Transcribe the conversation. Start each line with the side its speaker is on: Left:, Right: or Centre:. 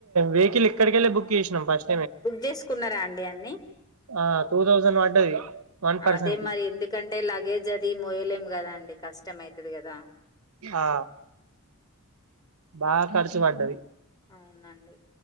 Right: వెకిల్, ఇక్కడికెళ్ళి బుక్ చేసినాం. ఫస్ట్
Left: బుక్ చేసుకున్నారా. అండి అన్ని
Right: ఆ టూ థౌజండ్ పడ్డది వన్ పర్సన్
Left: అదే,
Right: కి
Left: మరి ఎందుకంటే లగేజ్ అది మోయలేం. గదా అండి కష్టంమయితది గదా!
Right: ఆ బాగా ఖర్చు పడ్డది.
Left: అవునండి,